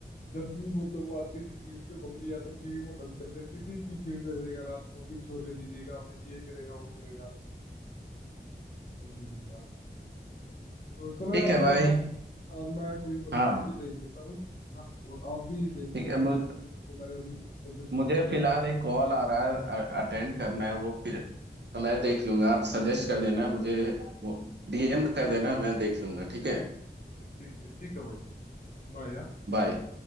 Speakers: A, on the left; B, on the right.
A: जब भी मतलब वो आती थी टीवी पे मम्मी या तो टीवी को बंद कर देती थी कि फिर डरेगा रात को फिर सोने नहीं देगा फिर ये करेगा वो करेगा ऐसे सीन था तो चलो
B: ठीक
A: यार
B: है भाई
A: मैं ना अ, मैं कोई मतलब
B: हाँ
A: मूवी देख लेता हूँ ना और आप भी देख लो
B: ठीक है
A: अगर
B: मुझ
A: हो सके तो जो मैंने अभी सजेस्ट की
B: मुझे
A: थी वैसे
B: फिलहाल एक कॉल आ रहा है अटेंड करना है वो फिर मैं देख लूंगा आप सजेस्ट कर देना मुझे वो डीएम कर देना मैं देख लूंगा ठीक है
A: ठीक है ठीक है ठीक है भाई बाय यार
B: बाय